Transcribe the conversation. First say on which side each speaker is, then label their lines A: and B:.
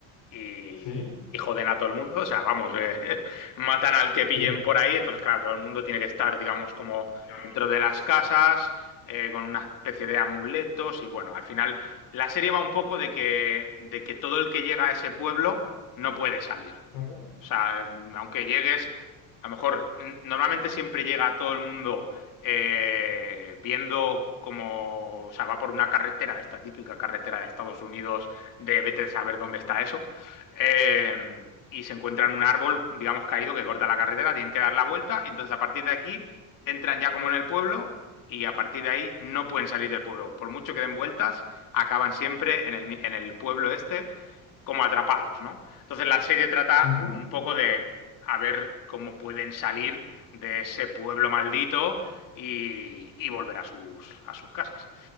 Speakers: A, on the left; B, on the left.
A: y,
B: Sí,
A: y joden a todo el mundo. O sea, vamos, eh, <laughs> matan al que
B: sí.
A: pillen por ahí. Entonces, claro, todo el mundo tiene que estar, digamos, como
B: digamos,
A: dentro
B: como
A: de las
B: que sí.
A: casas, eh, con una especie de amuletos. Y bueno, al final la serie va un poco de que, de que todo el que llega a ese pueblo no puede salir.
B: Ujú,
A: O sea, eh, aunque llegues, a lo mejor, n- normalmente siempre llega todo el mundo eh, viendo como, o sea, va por una carretera, de esta típica carretera de Estados Unidos, de vete a saber dónde está eso, eh, y se encuentran un árbol, digamos, caído que corta la carretera, tienen que dar la vuelta, y entonces a partir de aquí entran ya como en el pueblo, y a partir de ahí no pueden salir del pueblo. Por mucho que den vueltas, acaban siempre en el, en el pueblo este como atrapados, ¿no? Entonces la serie trata
B: ujú,
A: un poco de a ver cómo pueden salir de ese pueblo maldito y, y volver a sus, a sus casas.